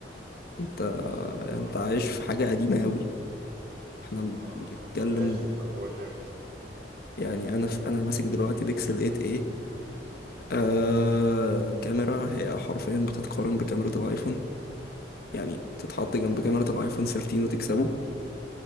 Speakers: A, on the left (about 55°); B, on the right (about 55°).
A: انت
B: مثلا اه
A: انت عايش في حاجه قديمه قوي احنا
B: اه
A: بنتكلم
B: طب ماشي طب قول لي انت
A: يعني انا في... انا ماسك دلوقتي بيكسل 8 ايه آه... كاميرا هي حرفيا بتتقارن بكاميرا الايفون يعني تتحط جنب كاميرا الايفون 13 وتكسبه